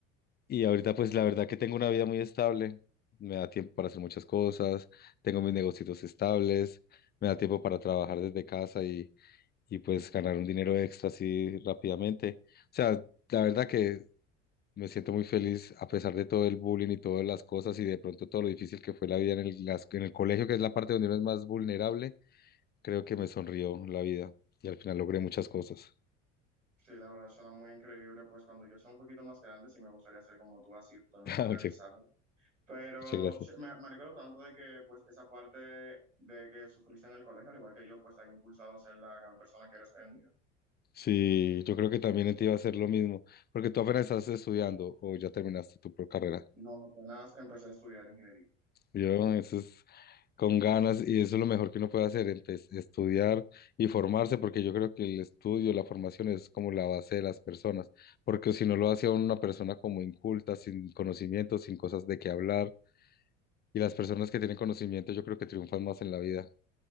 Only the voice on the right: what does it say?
Sí, la verdad suena muy increíble, pues cuando yo sea un poquito más grande sí me gustaría ser como tú, así totalmente
realizado.
Pero
sí, me, me alegro tanto de que pues esa parte de que sufriste en el colegio, al igual que yo, pues te haya impulsado a ser la gran persona que eres hoy en día.
No, apenas empecé a estudiar ingeniería.